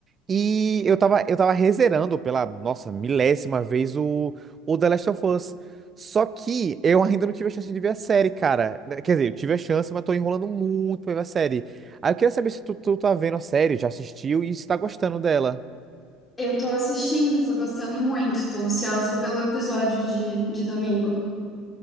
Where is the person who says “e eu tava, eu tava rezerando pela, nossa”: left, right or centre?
Right